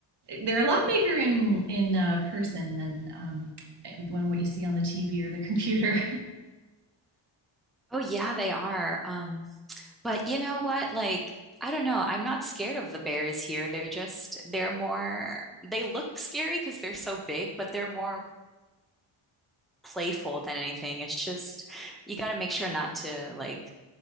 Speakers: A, on the right (about 55°); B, in the centre.
A: they're a lot bigger in in uh, person than um, eh, when what you see on the TV or the <laughs> computer.
B: Oh yeah, they are. Um, But you know what? Like, I don't know. I'm not scared of the bears here. They're just, they're more, they look scary because they're so big, but they're more playful than anything. It's just, you got to make sure not to like